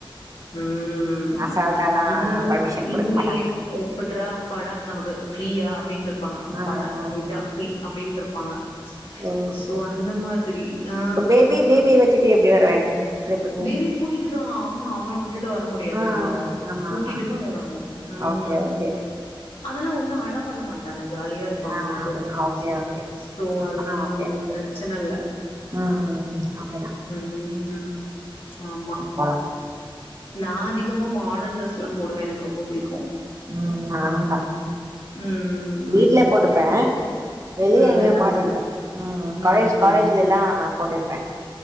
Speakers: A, on the left (about 85°); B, on the right (about 35°).
A: ம்
B: அசால்ட்டாலா
A: இத
B: பர்மிஷன்
A: இதமே
B: குடுக்க மாட்டாங்க
A: எப்புறா அப்பாடா நமக்கு பிரீயா அப்டின் இருப்பாங்க அப்பாடா
B: ஆ ஆ
A: போய்டா பிரீ அப்டின் இருப்பாங்க
B: ஓ
A: சோ அந்த மாரி ஆ
B: இப்ப பேபி பேபிய வச்சுட்டு எப்டி வருவ நீ ட்ரிப்புக்கு
A: பேபிய கூட்டிக்கிட்டுவா அம்மா விட்டுட்டு வர முடியாது
B: ஆ
A: இல்ல
B: ஆமா
A: கூட்டிட்டுதா
B: ஆமா
A: வரணு ம்
B: ஓகே ஓகே
A: அதெல்லா ஒன்னு அடம் பண்ண மாட் டாங்க ஜாலியா இருப்பாங்க
B: ஆ
A: நம்ம கூட
B: ஓகே ஓகே
A: சோ
B: அப்பனா
A: அதனால
B: ஓகே
A: ஒண்ணு பிரச்சன இல்ல
B: ம் ம் ஓகேதா
A: ம் <inaudible> ஆமா
B: போலா
A: நா அதிகமா மாடன் ட்ரெஸ்ல்லா போடுவே எனக்கு ரொம்ப புடிக்கு
B: ம் நா தா
A: ம்
B: வீட்ல போட்டுப்பே வெளியே
A: ம்
B: எங்கியு
A: வெள்ள
B: போனதுல
A: போட மாட்டே
B: ம் காலேஜ்
A: ம்
B: காலேஜ்லல்லா போட்டு